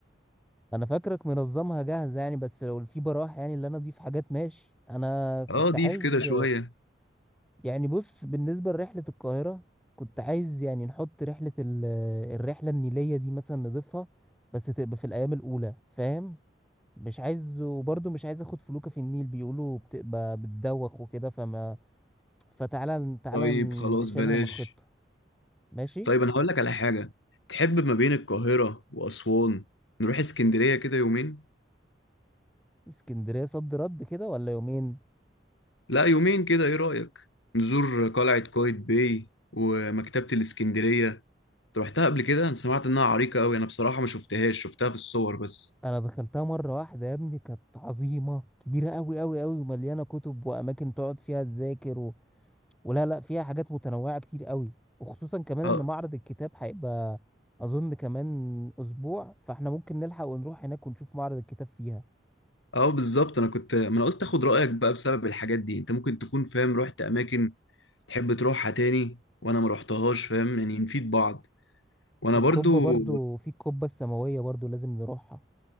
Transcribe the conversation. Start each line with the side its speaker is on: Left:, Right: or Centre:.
Centre: انا فاكرك منظمها جاهزة يعني بس لو في براح يعني اللي انا اضيف حاجات ماشي انا
Left: اه
Centre: كنت
Left: ضيف
Centre: عايز
Left: كده شوية
Centre: يعني بص بالنسبة لرحلة القاهرة كنت عايز يعني نحط رحلة ال- الرحلة النيلية دي مثلا نضيفها بس تبقى في الأيام الأولى فاهم مش عايز وبرضه مش عايز أخد فلوكة في النيل بيقولوا بتبقى بتدوخ وكده فما فتعالى تعالى
Left: طيب
Centre: ن-
Left: خلاص
Centre: نشيلها
Left: بلاش
Centre: من الخطة ماشي
Left: طيب انا هقول لك على حاجه تحب ما بين القاهره واسوان نروح اسكندريه كده يومين
Centre: اسكندرية صد رد كده ولا يومين
Left: لا يومين كده ايه رايك نزور قلعه قايتباي ومكتبه الاسكندريه أنت روحتها قبل كده انا سمعت انها عريقه قوي انا بصراحه ما شفتهاش شفتها في الصور بس
Centre: أنا دخلتها مرة واحدة يا ابني كانت عظيمة كبيرة أوي أوي أوي ومليانة كتب وأماكن تقعد فيها تذاكر ولا لا فيها حاجات متنوعة كتير قوي وخصوصا كمان
Left: اه
Centre: ان معرض الكتاب هيبقى اظن كمان اسبوع فاحنا ممكن نلحق ونروح هناك ونشوف معرض الكتاب فيها
Left: اه بالظبط انا كنت ما انا قلت اخد رايك بقى بسبب الحاجات دي انت ممكن تكون فاهم رحت اماكن تحب تروحها تاني وانا ما رحتهاش فاهم يعني نفيد بعض وانا
Centre: والقبة
Left: برضو
Centre: برضو في القبة السماوية برضو لازم نروحها